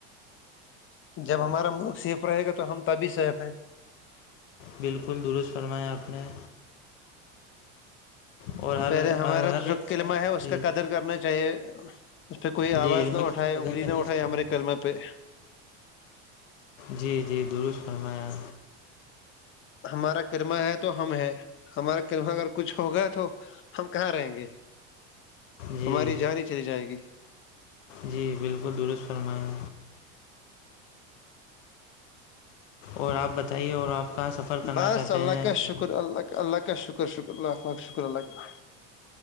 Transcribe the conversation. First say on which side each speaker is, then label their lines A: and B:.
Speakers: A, on the left; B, on the left.
A: جب ہمارا ملک صیف رہے گا تو ہم تبھی سیف ہیں
B: بالکل درست فرمیا آپ نے اور ہر
A: پہلے ہمارا
B: ہر
A: جو
B: ایک فرد
A: قلمہ ہے اس
B: جی
A: کا قدر کرنا چاہی چاہے اس پہ کوئی
B: جی
A: آواز
B: علم
A: نہ اٹھائے
B: کی تو قدر
A: اگلی
B: کرنی
A: نہ اٹھائے
B: چاہیے
A: ہمارے کلم پہ
B: جی جی درست فرمایا
A: ہمارا کرمہ ہے تو ہم ہے ہمارا کرمہ اگر کچھ ہوگا تو ہم کہاں رہیں گے
B: جی
A: ہماری جان ہی چلی جائے گی
B: جی بالکل درست فرمایا اور آپ بتائیے اور آپ کہاں سفر کرنا
A: بس
B: چاہتے
A: اللہ
B: ہیں
A: کا
B: اپنے؟
A: شکر اللہ کا اللہ کا شکر شکر اللہم کا شکر اللہ کا